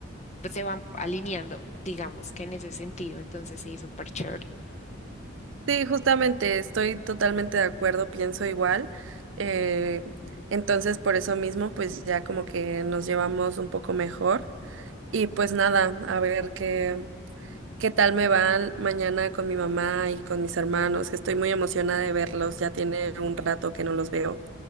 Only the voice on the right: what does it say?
Sí, justamente estoy totalmente de acuerdo, pienso igual. eh, entonces, por eso mismo, pues ya como que nos llevamos un poco mejor. Y pues nada, a ver qué, qué tal me van mañana con mi mamá y con mis hermanos, que estoy muy emocionada de verlos, ya tiene un rato que no los veo.